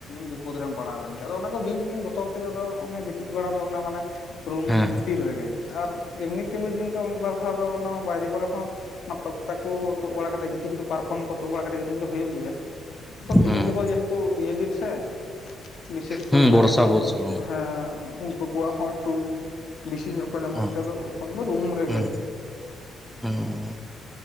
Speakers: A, on the left; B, in the centre.
A: ᱵᱤᱯᱚᱫ ᱨᱮᱢ ᱯᱟᱲᱟᱣᱮᱱ ᱜᱮ ᱟᱫᱚ ᱚᱱᱟ ᱠᱚ ᱵᱤᱧ ᱛᱤᱧ ᱵᱚᱛᱚᱨ ᱛᱮᱜᱮ ᱟᱫᱚ ᱚᱱᱮ ᱜᱤᱛᱤᱡ ᱵᱟᱲᱟ ᱫᱚ ᱚᱱᱟ ᱢᱟᱱᱮ, ᱨᱩᱢ
B: ᱦᱮᱸ
A: ᱵᱷᱤᱛᱤᱨ ᱨᱮᱜᱮ ᱟᱨ ᱮᱢᱱᱤ ᱛᱮᱢᱱᱤ ᱫᱤᱱ ᱫᱚ ᱢᱤᱫᱵᱟᱨ ᱫᱷᱟᱣ ᱫᱚ ᱚᱱᱟ ᱵᱟᱭᱨᱮ ᱠᱚᱨᱮ ᱦᱚᱸ ᱚᱱᱟ ᱛᱚᱠᱛᱟ ᱠᱚ᱾ ᱛᱩᱫ ᱵᱟᱲᱟ ᱠᱟᱛᱮ ᱜᱤᱛᱤᱡ ᱫᱚ ᱯᱟᱨᱠᱚᱢ ᱠᱚ ᱛᱩᱫ ᱵᱟᱲᱟ ᱠᱟᱛᱮ ᱜᱤᱛᱤᱡ ᱫᱚ ᱦᱩᱭᱩᱜ ᱜᱮᱭᱟ ᱛᱤᱦᱤᱧ
B: ᱦᱮᱸ
A: ᱜᱟᱯᱟ ᱡᱮᱦᱮᱛᱩ ᱤᱭᱟᱹ ᱫᱤᱱ ᱥᱮ ᱵᱤᱥᱮᱥ ᱠᱚᱨᱮ
B: ᱦᱩᱸ
A: ᱦᱟᱸᱜ
B: ᱵᱚᱨᱥᱟ
A: ᱮᱠᱫᱚᱢ
B: ᱵᱚᱨᱥᱟ
A: ᱦᱮᱸ, ᱩᱱᱠᱩ ᱠᱚᱣᱟᱜ ᱦᱚᱸ ᱮᱠᱴᱩ ᱵᱮᱥᱤ ᱧᱚᱜ ᱠᱚ ᱧᱟᱢᱚᱜ
B: ᱦᱩᱸ
A: ᱛᱮ ᱮᱠᱷᱚᱱ ᱫᱚ ᱨᱩᱢ ᱨᱮᱜᱮ
B: ᱦᱩᱸ
A: ᱾
B: ᱦᱩᱸ